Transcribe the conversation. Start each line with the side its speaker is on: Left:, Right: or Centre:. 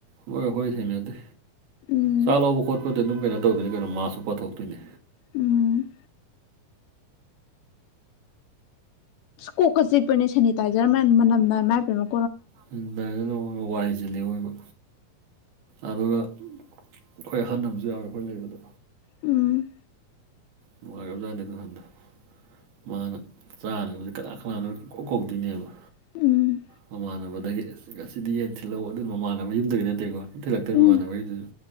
Right: ꯃꯣꯏꯒ ꯑꯩꯈꯣꯏꯒ ꯊꯦꯡꯅꯗꯦ
Left: ꯎꯝ
Right: ꯆꯥꯛ ꯂꯧꯕ ꯈꯣꯠꯄꯗꯤ ꯑꯗꯨꯝ ꯀꯩꯅꯣ ꯇꯧꯗꯣꯏꯅꯤ ꯀꯩꯅꯣ ꯃꯥꯁꯨ ꯄꯥꯊꯣꯛꯇꯣꯏꯅꯤ
Left: ꯎꯝ ꯀꯣꯛꯀ ꯆꯤꯛꯄꯅꯦ ꯁꯦꯅꯤꯇꯥꯏꯖꯔ ꯃꯅꯝꯅ ꯑꯦꯃꯥꯏꯄꯦꯃꯥ
Right: ꯁꯅꯤꯇꯥꯏꯖꯦꯔꯟ ꯃꯔꯣꯜ ꯑꯃꯥ ꯋꯥꯏꯁꯤꯜꯂꯤꯦꯛꯑꯣ ꯑꯣꯏꯕ ꯑꯗꯨꯒ ꯑꯩꯈꯣꯏ ꯑꯍꯜ ꯑꯃꯁꯨ ꯌꯥꯎꯋꯦ ꯑꯩꯈꯣꯏ ꯂꯩꯕꯗ
Left: ꯎꯝ
Right: ꯅꯨꯡꯉꯥꯏꯒꯕꯖꯥꯠꯅꯤ ꯑꯗꯨ ꯍꯥꯟꯗꯣ ꯃꯥꯅ ꯆꯥꯅꯕꯁꯦ ꯀꯅꯥ ꯀꯅꯥꯗ ꯀꯣꯛ ꯀꯣꯛꯇꯣꯏꯅꯦꯕ
Left: ꯎꯝ
Right: ꯃꯃꯥꯟꯅꯕꯗꯒꯤ ꯑꯁꯤꯁꯤꯗꯤ ꯌꯦꯟ ꯊꯤꯜꯍꯛꯎ ꯑꯗꯨꯅ ꯃꯃꯥꯟꯅꯕ ꯌꯨꯝꯗꯒꯤ ꯅꯠꯇꯦꯀꯣ ꯑꯗꯨ ꯊꯤꯜꯂꯛꯇꯣꯏꯅꯤ
Left: ꯎꯝ
Right: ꯃꯃꯥꯟꯅꯕꯒꯤꯗꯨꯁꯨ